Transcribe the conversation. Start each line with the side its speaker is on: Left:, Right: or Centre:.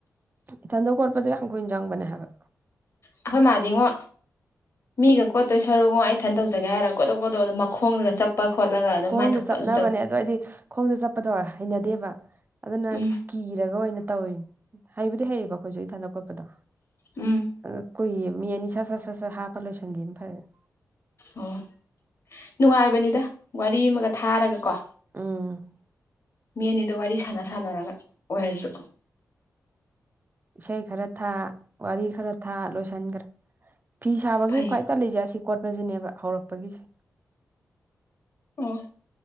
Right: ꯏꯊꯟꯗ ꯀꯣꯠꯄꯗ ꯌꯥꯝ ꯀꯨꯏꯅ ꯆꯪꯕꯅꯦ ꯍꯥꯏꯕ
Left: ꯑꯩꯈꯣꯏ ꯃꯥꯗꯤꯉꯣ ꯃꯤꯒ ꯀꯣꯠꯇꯣꯏ ꯁꯔꯨꯒꯣ ꯑꯩ ꯏꯊꯟ ꯇꯧꯖꯒꯦ ꯍꯥꯏꯔꯒ ꯈꯣꯠꯇꯧꯄꯣꯠꯇꯣ ꯑꯗꯨꯝ ꯃꯈꯣꯡꯗꯒ ꯆꯄ ꯈꯣꯠꯂꯒ ꯑꯗꯨꯝ
Right: ꯈꯣꯡꯗ
Left: ꯃꯥꯏꯊꯣꯛꯄ
Right: ꯆꯠꯅꯕꯅꯦ
Left: ꯑꯗꯨꯝ ꯇꯧꯋꯤ
Right: ꯑꯗꯣ ꯑꯩꯗꯤ ꯈꯣꯡꯗ ꯆꯞꯄꯗꯣ ꯍꯩꯅꯗꯦꯕ ꯑꯗꯨꯅ
Left: ꯎꯝ
Right: ꯀꯤ <unintelligible> ꯑꯣꯏꯅ ꯇꯧꯔꯤꯅꯤ ꯍꯩꯕꯨꯗꯤ ꯍꯩꯌꯦꯕ ꯑꯩꯈꯣꯏꯁꯨ ꯏ ꯊꯅ ꯈꯣꯠꯄꯗꯣ
Left: ꯎꯝ
Right: ꯑꯗ ꯀꯨꯏꯌꯦ ꯃꯤ ꯑꯅꯤ ꯁ ꯁꯠ ꯁꯠ ꯁꯠ ꯍꯥꯞꯄ ꯂꯣꯏꯁꯟꯒꯦꯅ ꯐꯔꯦꯅꯦ
Left: ꯑꯣ ꯅꯨꯡꯉꯥꯏꯕꯅꯤꯗ ꯋꯥꯔꯤ ꯑꯃꯒ ꯊꯥꯔꯒꯀꯣ
Right: ꯎꯝ
Left: ꯃꯤ ꯑꯅꯤꯗꯨ ꯋꯥꯔꯤ ꯁꯥꯟꯅ ꯁꯥꯟꯅꯔꯒ ꯑꯣꯏꯔꯁꯨ
Right: ꯎꯝ ꯏꯁꯩ ꯈꯔ ꯊꯥ ꯋꯥꯔꯤ ꯈꯔ ꯊꯥ ꯂꯣꯏꯁꯤꯟꯈ꯭ꯔꯦ ꯐꯤ ꯁꯥꯕꯒꯤ
Left: ꯐꯩ
Right: ꯈ꯭ꯋꯥꯏ ꯇꯜꯂꯤꯖꯦ ꯑꯁꯤ ꯀꯣꯠꯄꯁꯤꯅꯦꯕ ꯍꯧꯔꯛꯄꯒꯤꯁꯦ
Left: ꯎꯝ